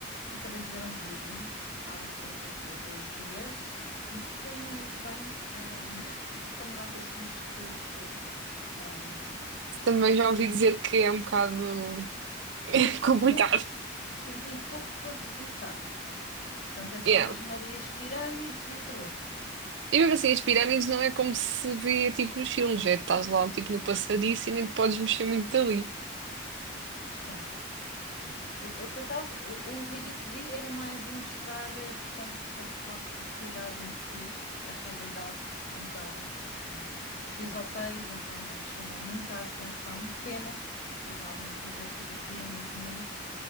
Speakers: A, on the left; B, on the right.
A: acabei de ver um vídeo há coisa de dois dias em que aquilo não é bem hum, <laughs> como nós achamos que, que é. Hum,
B: Também já ouvi dizer que é um bocado <laughs>
A: tem
B: complicado.
A: pouco, sim, tem pouco para visitar. Portanto, é só
B: Yeah.
A: mesmo ali as pirâmides e acabou.
B: E mesmo assim, as pirâmides não é como se vê tipo nos filmes, é estás lá tipo no passadiço e nem te podes mexer muito dali.
A: Sim, Sim. Eu, eu, por acaso, o, o vídeo que vi era mais a mostrar, eh, portanto, a parte da cidade em si, a realidade, então, pronto, não... E os hotéis, então, não me chamou muita atenção. Pena, porque realmente a Jéssica queria mesmo muito.